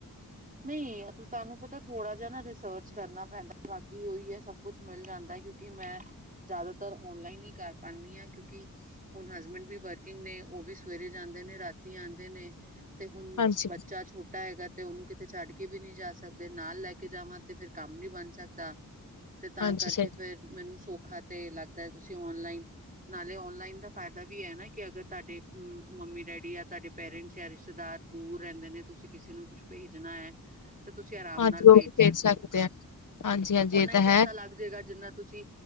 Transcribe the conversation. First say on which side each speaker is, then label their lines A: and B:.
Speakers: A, on the right; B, on the left.
A: ਨਹੀਂ ਤੁਹਾਨੂੰ ਪਤਾ ਥੋੜ੍ਹਾ ਜਿਹਾ ਨਾ ਰਿਸਰਚ ਕਰਨਾ ਪੈਂਦਾ। ਬਾਕੀ ਉਹੀ ਹੈ ਸਭ ਕੁੱਛ ਮਿਲ ਜਾਂਦਾ। ਕਿਉਂਕ ਕਿ ਮੈਂ ਜਿਆਦਾਤਰ ਔਨਲਾਈਨ ਹੀ ਕਰ ਪਾਉਂਦੀ ਹਾਂ ਕਿਉਂਕਿ। ਹੁਣ ਹਸਬੈਂਡ ਵੀ ਵਰਕਿੰਗ ਨੇ ਉਹ ਵੀ ਸਵੇਰੇ ਜਾਂਦੇ ਨੇ ਰਾਤੀ ਆਉਂਦੇ ਨੇ। ਤੇ ਹੁਣ
B: ਹਾਂਜੀ
A: ਬੱਚਾ ਛੋਟਾ। ਛੋਟਾ ਹੈਗਾ ਤੇ ਉਹਨੂੰ ਕਿਤੇ ਛੱਡ ਕੇ ਵੀ ਨਹੀਂ ਜਾ ਸਕਦੇ ਨਾਲ ਲੈ ਕੇ ਜਾਵਾਂ ਤੇ ਫੇਰ ਕੰਮ ਨੀ ਬਣ। ਸਕਦਾ ਤੇ ਤਾਂ
B: ਹਾਂਜੀ
A: ਕਰਕੇ।
B: ਸਹੀ
A: ਤੇ ਫ ਮੈਨੂੰ ਸੌਖਾ ਤੇ ਲੱਗਦਾ ਤੁਸੀਂ ਔਨਲਾਈਨ ਨਾਲੇ ਔਨਲਾਈਨ ਦਾ ਫਾਇਦਾ ਵੀ ਹੈ ਨਾ ਕਿ ਅਗਰ। ਤੁਹਾਡੇ ਹੂੰ। ਮੰਮੀ ਡੈਡੀ ਆ ਤੁਹਾਡੇ ਪੇਰੈਂਟਸ ਜਾਂ ਰਿਸ਼ਤੇਦਾਰ ਦੂਰ ਰਹਿੰਦੇ ਨੇ। ਤੁਸੀਂ ਕਿਸੇ ਨੂੰ ਕੁਛ ਭੇਜਣਾ ਹੈ। ਤੇ ਤੁਸੀਂ ਆਰਾਮ
B: ਹਾਂਜੀ
A: ਨਾਲ ਭੇਜ
B: ਉਹ ਵੀ
A: ਸਕਦੇ ਹੋ
B: ਆ ਹਾਂਜੀ ਹਾਂਜੀ
A: ਓਨਾ
B: ਇਹ
A: ਹੀ
B: ਤਾਂ
A: ਪੈਸਾ
B: ਹੈ
A: ਲੱਗ ਜਾਏਗਾ ਜਿੰਨਾ। ਤੁਸੀਂ